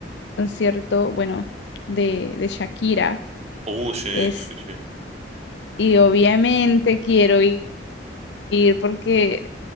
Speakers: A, on the left (about 75°); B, on the right (about 40°).
A: concierto, bueno, de, de Shakira.
B: Uh, sí,
A: Es,
B: sí, sí.
A: y obviamente quiero i- ir porque,